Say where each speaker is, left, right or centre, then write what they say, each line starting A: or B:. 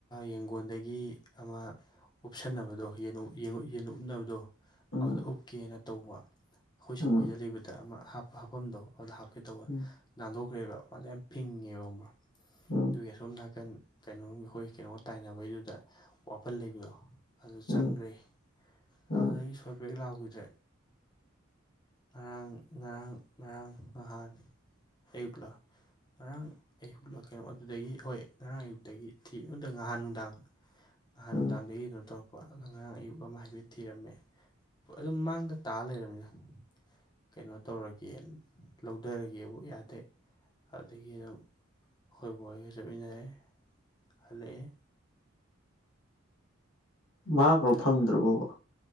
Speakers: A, on the left; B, on the left.
A: ꯌꯦꯡꯒꯣꯟꯗꯒꯤ ꯑꯃ ꯎꯞꯁꯟꯅꯕꯗꯣ ꯌꯦꯟ ꯌꯦꯟ ꯎꯞꯅꯕꯗꯣ
B: ꯎꯝ
A: ꯑꯗꯨꯗ ꯎꯞꯀꯦꯅ ꯇꯧꯕ ꯑꯩꯈꯣꯏ ꯁꯪꯒꯣꯏꯗ
B: ꯎꯝ
A: ꯂꯩꯕꯗ ꯑꯃ ꯍꯥꯞ ꯍꯥꯞꯐꯝꯗꯣ ꯑꯗꯨꯗ ꯍꯥꯞꯀꯦ ꯇꯧꯕ
B: ꯎꯝ
A: ꯅꯥꯟꯊꯣꯛꯈ꯭ꯔꯦꯕ ꯃꯥꯗꯣ ꯌꯥꯝ ꯐꯤꯡꯉꯦꯕ ꯈꯪꯕ꯭ꯔꯥ
B: ꯑ
A: ꯑꯗꯨꯒꯤ ꯑꯁꯣꯝ ꯅꯥꯀꯟ ꯀꯩꯅꯣꯔꯣꯝꯒꯤ ꯑꯩꯈꯣꯏ ꯀꯩꯅꯣꯒ ꯇꯥꯏꯅꯕꯩꯗꯨꯗ ꯋꯥꯄꯜ ꯂꯩꯕꯗꯣ ꯑꯗꯨꯗ
B: ꯎꯝ
A: ꯆꯪꯒ꯭ꯔꯦ
B: ꯎꯝ ꯎꯝ
A: ꯑꯗꯨꯗꯒꯤ ꯁꯣꯠ ꯕꯦꯛ ꯂꯥꯎꯈꯤꯗ꯭ꯔꯦ ꯉꯔꯥꯡ ꯉꯔꯥꯡ ꯉꯔꯥꯡ ꯉꯍꯥꯟ ꯑꯌꯨꯛꯂ ꯉꯔꯥꯡ ꯑꯌꯨꯛꯂ ꯀꯩꯅꯣ ꯑꯗꯨꯗꯒꯤ ꯍꯣꯏ ꯉꯔꯥꯡ ꯑꯌꯨꯛꯇꯒꯤ ꯊꯤꯕ ꯅꯠꯇꯦ ꯉꯍꯥꯟ ꯅꯨꯡꯗꯥꯡ ꯉꯍꯥꯟ
B: ꯎꯝ
A: ꯅꯨꯡꯗꯥꯥꯡꯗꯒꯤ ꯀꯩꯅꯣ ꯇꯧꯔꯛ ꯄꯣ ꯑꯔꯥꯡ ꯑꯌꯨꯛ ꯑꯃ ꯍꯥꯏꯐꯦꯠ ꯊꯤꯔꯝꯃꯦ ꯑꯗꯨꯝ ꯃꯥꯡꯗ ꯇꯥ ꯂꯩꯔꯝꯃꯤꯅ ꯀꯩꯅꯣ ꯇꯧꯔꯒꯦ ꯂꯧꯊꯔꯒꯦꯕꯨ ꯌꯥꯗꯦ ꯑꯗꯨꯗꯒꯤ ꯑꯗꯨꯝ ꯑꯩꯈꯣꯏ ꯕꯣꯛꯍꯣꯏꯒ ꯆꯠꯃꯤꯟꯅꯔꯦ ꯍꯜꯂꯛꯑꯦ
B: ꯃꯥꯡꯈ꯭ꯔꯕꯣ
A: ꯆꯠꯂꯨꯔꯦ
B: ꯐꯪꯗ꯭ꯔꯕꯣꯕ